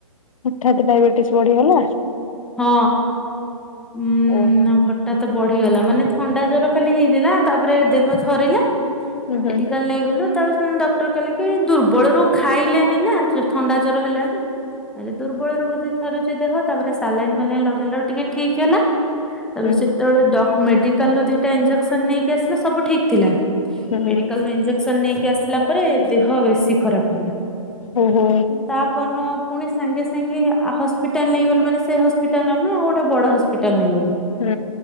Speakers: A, on the left; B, in the centre.
A: ହଠାତ୍ ଡାଇବେଟିସ୍ ବଢିଗଲା।
B: ହଁ ଉଁ
A: ଓହୋ।
B: ହଟ ଟା ତ ବଢିଗଲା ମାନେ ଥଣ୍ଡା ଜର ଖାଲି ହେଇଥିଲା ତାପରେ ଦେହ ଥରିଲା।
A: ହୁଁ ହୁଁ
B: ମେଡିକାଲ
A: ହୁଁ
B: ନେଇଗଲୁ ତାପରେ ସେ ଡକ୍ଟର କହିଲେ କି ଦୁର୍ବଳରୁ ଖାଇଲେନି ନା। ଥଣ୍ଡା ଜର ହେଲାଣି ହେଲେ ଦୁର୍ବଳରୁ ବୋଧେ ଥରୁଛି ଦେହ ତାପରେ ସାଲାଇନ୍‌ ଫାଲାଇନ୍‌ ଲଗାଇଲା ଟିକେ ଠିକ ହେଲା ତା
A: ହୁଁ
B: ପରେ ସେତେବେଳେ
A: ହୁଁ
B: ଡକ୍ଟର ମେଡିକାଲରୁ ଦିଟା ଇଞ୍ଜେକସନ ନେଇକି ଆସିଲେ ସବୁ ଠିକ ଥିଲା
A: ହୁଁ
B: ମଡିକାଲରୁ ଇଞ୍ଜେକସନ ଇଞ୍ଜେକସନ ନେଇକି ଆସିଲା ପରେ ଦେହ ବେଶୀ ଖରାପ ହେଲା।
A: ଓ ହୋ।
B: ତା ପରଦିନ ପୁଣି ସାଙ୍ଗେ ସାଙ୍ଗେ ହସ୍ପିଟାଲ ନେଇଗଲେ ମାନେ ସେ ସେ ହସ୍ପିଟାଲ ନେଲୁନୁ ଆଉ ଗୋଟେ ବଡ ହସ୍ପିଟାଲ ନେଇଗଲୁ।
A: ହୁଁ।